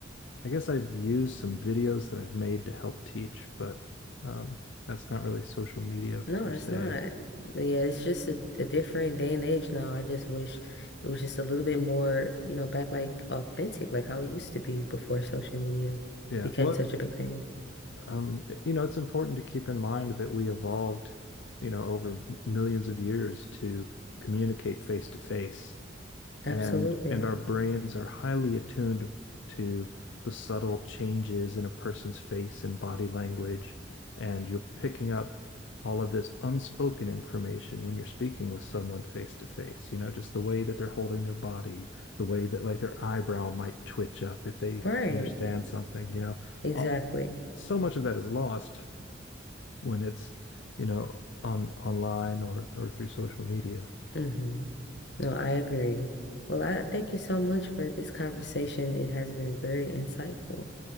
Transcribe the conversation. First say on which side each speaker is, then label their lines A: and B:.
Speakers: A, on the left; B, on the left.
A: I guess I've used some videos that I've made to help teach, but um, that's not really social media
B: No,
A: per
B: it's
A: se.
B: not. Yeah, it's just a, a different day and age now. I just wish it was just a little bit more, you know, back like authentic, like how it used to be before social media
A: Yeah.
B: became
A: What
B: such a big thing.
A: Um, you know, it's important to keep in mind that we evolved, you know, over millions of years to communicate face to face
B: Absolutely.
A: and and our brains are highly attuned to the subtle changes in a person's face and body language and you're picking up all of this unspoken information when you're speaking with someone face to face you know just the way that they're holding their body the way that like their eyebrow might twitch up if they
B: Right.
A: understand something you know
B: Exactly.
A: all, so much of that is lost when it's you know on online or or through social media
B: hmm No, I agree. Well, I thank you so much for this conversation. It has been very insightful.